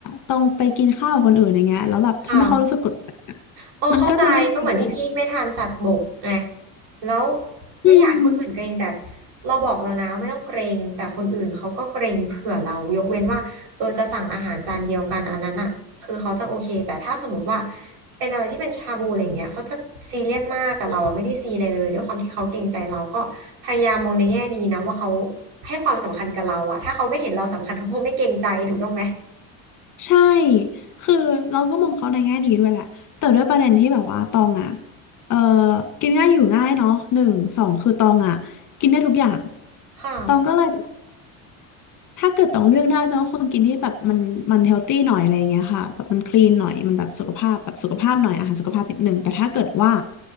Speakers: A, on the left; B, on the right.
A: ต้องไปกินข้าวกับคนอื่นอย่างเงี้ยแล้วแบบทำให้เขารู้สึกกดดันอะ
B: ค่ะ เออเข้าใจก็เหมือนที่พี่ไม่ทานสัตว์บกไง
A: มันก็จะไม่ดีด้วย
B: แล้วไม่อยากให้คนอื่นเกรงแต่
A: อืม
B: เราบอกเรานะว่าไม่ต้องเกรงแต่คนอื่นเขาก็เกรงเผื่อเรายกเว้นว่าเออจะสั่งอาหารจานเดียวกันอันนั้นอ่ะคือเขาจะโอเคแต่ถ้าสมมติว่าเป็นอะไรที่เป็นชาบูอะไรอย่างเงี้ยเขาจะซีเรียสมากแต่เราอ่ะไม่ได้ซีเลยเลยด้วยความที่เขาเกรงใจเราก็พยายามมองในแง่ดีนะว่าเขาให้ความสำคัญกับเราอ่ะถ้าเขาไม่เห็นเราสำคัญเขาคงไม่เกรงใจถูกต้องไหม
A: ใช่ คือเราก็มองเขาในแง่ดีด้วยแหละ แต่ด้วยประเด็นที่แบบว่าตองอ่ะเออกินง่ายอยู่ง่ายเนาะหนึ่งสองคือตองอ่ะกินได้ทุกอย่าง
B: ค่ะ
A: ตองก็เลย ถ้าเกิดต้องเลือกได้ต้องคนกินที่แบบมันมันเฮลตี้หน่อยอะไรอย่างเงี้ยค่ะแบบมันคลีนหน่อยมันแบบสุขภาพแบบสุขภาพหน่อยอาหารสุขภาพนิดหนึ่งแต่ถ้าเกิดว่า